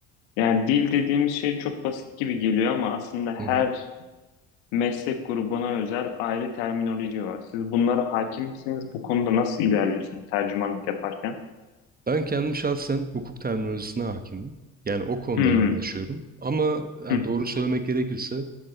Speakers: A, on the left; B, on the right.
A: yani dil dediğimiz şey çok basit gibi geliyor ama aslında her
B: hı hı.
A: meslek grubuna özel ayrı terminoloji var. Siz bunlara hakim misiniz? Bu konuda nasıl ilerliyorsunuz tercümanlık yaparken?
B: Ben kendim şahsen hukuk terminolojisine hakimim. Yani o konuda
A: Hmm,
B: yoğunlaşıyorum. Ama yani
A: hı,
B: doğru söylemek gerekirse